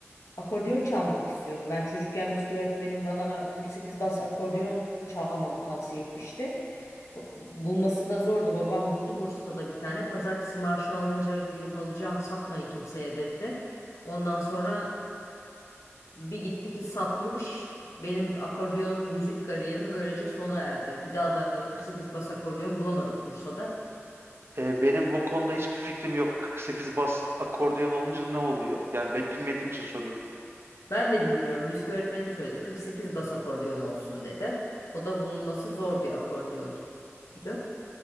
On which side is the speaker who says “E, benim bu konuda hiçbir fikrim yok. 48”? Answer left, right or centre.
Right